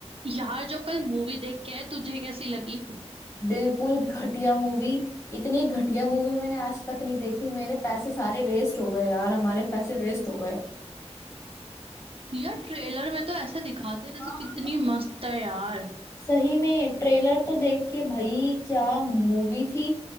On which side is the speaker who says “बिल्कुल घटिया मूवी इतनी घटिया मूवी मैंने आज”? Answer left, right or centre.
Left